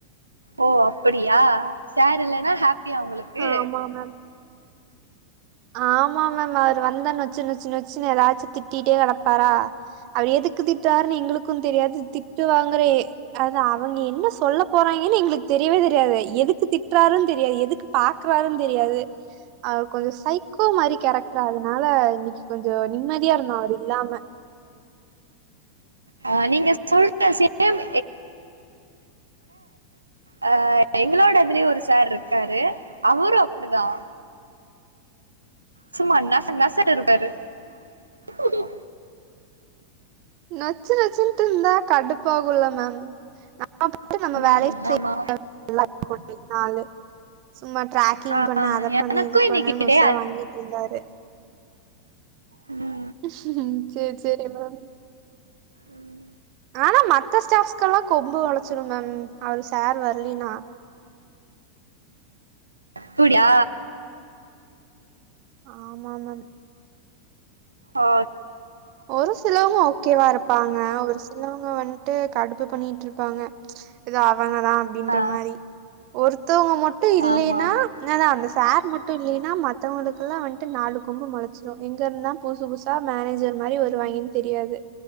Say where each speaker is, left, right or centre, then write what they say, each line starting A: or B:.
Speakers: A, on the right (about 80°); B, on the right (about 40°).
A: ஓ அப்படியா சரு இல்லனா ஹி பியா உங்களுக்கு
B: ஆமா மேம் ஆமா மேம் அவர் வந்தேன்னு வச்சுன்ன வச்சு வச்சுன்னு ஏதாச்சும் திட்டிட்டே கிடப்பாரா அவர் எதுக்கு திட்டறாருன்னு எங்களுக்கும் தெரியாது திட்டுவாங்குறே அது அவங்க என்ன சொல்ல போறாங்கன்னு எங்களுக்கு தெரியவே தெரியாது எதுக்கு திட்டுறாருன்ன தெரியாது எதுக்கு பாக்குறாருன்ன தெரியாது அவர் கொஞ்சம் சைகோ மாதிரி கேரக்டரா அதனால இன்னைக்கு கொஞ்சம் நிம்மதியா இருந்தும் அவர் இல்லாம
A: ஆ நீங்க சொல்ற சேம் ஆ எங்களோட இதுலயே ஒரு சார் இருக்காரு அவரும் அப்படிதான் சும்மா நச நசன்னு இருப்பாரு <unintelligible> <inaudible>
B: நச்சு நச்சுன்ட்டு இருந்தா கடுப்பகல மேம் அ நம்ம
A: ம்
B: வேலை செய்ய
A: ஆமா
B: எல்லா பனாலு சும்மா டிரக்கிங்
A: ஆ
B: பண்ண அதை
A: எனக்கு
B: பண்ணு இது
A: இன்னைக்கு
B: பண்ணுன்னனு
A: டே
B: உசர வாங்கிட்டு இருந்தாரு
A: உம்
B: சரி சரி மேடம்
A: உம்
B: ஆனா மத்த ஸ்டாப்ஸ்க்கெ எல்லாம் கொம்பு உளைச்சிடும் மேம் அவரு சார் வரலன்னா
A: புடய
B: ஆமா மேம்
A: ஓ
B: ஒரு சிலவங்க ஓகேவாரப்ப ப்பாங்க ஒரு சிலவங்க வந்துட்டு கடுப்பு பண்ணிட்டு இருப்பாங்க அவங்கதான் அப்படின்ற
A: ஆ
B: மாதிரி ஒரு த்தவங்க மட்டும் இல்லலைன்னா
A: ஆமா ஆமா
B: நதான் அந்த சார் மட்டும் இல்லைன்னா மத்தவங்களுக்கெல்லாம் வந்துட்டு நாலு கொம்பு முளைச்சிடும் இங்க இருந்தான் புதுசு புதுசா மேனேஜர் மாதிரி வருவாங்கன்னு தெரியாது